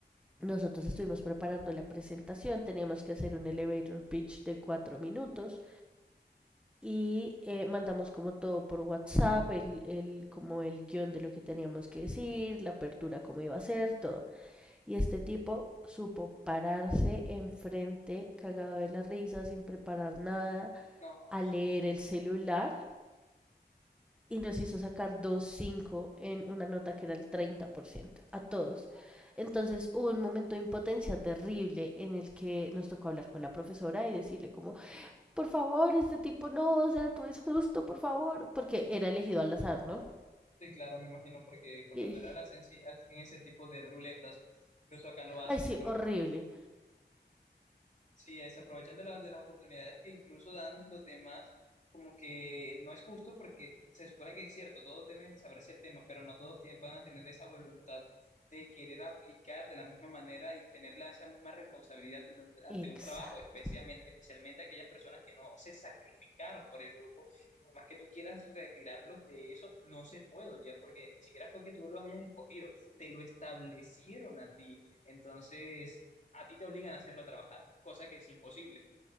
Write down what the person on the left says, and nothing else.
No,
no.
Sí, claro, me imagino, porque por
lo general hacen, sí, hacen ese tipo de ruletas. Incluso acá lo hacen,
pero
Sí, eh, se aprovechan de las, de las oportunidades que incluso dan los demás, como que no es justo porque se supone que es cierto, todos deben saberse el tema, pero no todos tienen, van a tener esa voluntad de querer aplicar de la misma manera y tener la- esa misma responsabilidad ante un, ante
un trabajo, especialmente, especialmente aquellas personas que no se sacrificaron por el grupo. Y por más que tú quieras retirarlos de eso, no se puede ya, porque ni siquiera fue que tú los hayas escogido, te lo establecieron a ti. Entonces a ti te obligan a hacerlo trabajar, cosa que es imposible.